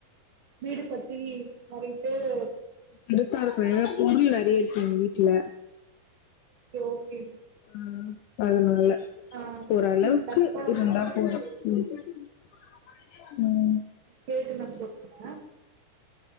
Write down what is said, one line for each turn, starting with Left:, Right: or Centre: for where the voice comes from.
Right: வீடு பத்தி நெறைய பேரு
Left: பெருசாருக்கனு ஏனா பொருள் நெறைய இருக்கு எங்க வீட்ல
Right: ஓகேங்க
Left: ம் அதனால
Right: ஆ
Left: ஓரளவுக்கு
Right: ம் கண்டிப்பா நா
Left: இருந்தா
Right: கேட்டு
Left: போதும்
Right: சொல்றே
Left: ம் ம்
Right: கேட்டு நா சொல்றே